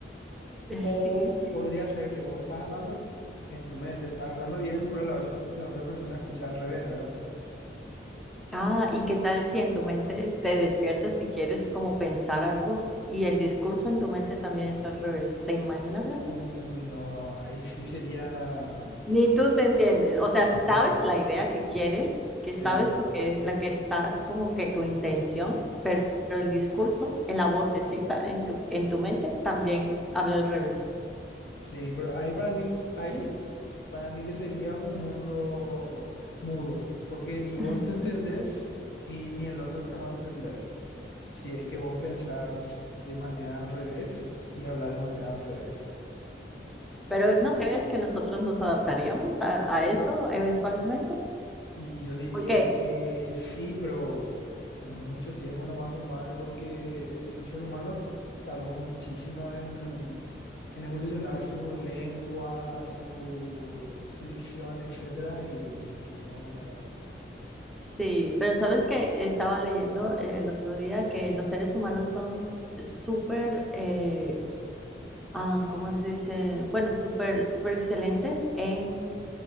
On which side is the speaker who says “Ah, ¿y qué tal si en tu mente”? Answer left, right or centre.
Centre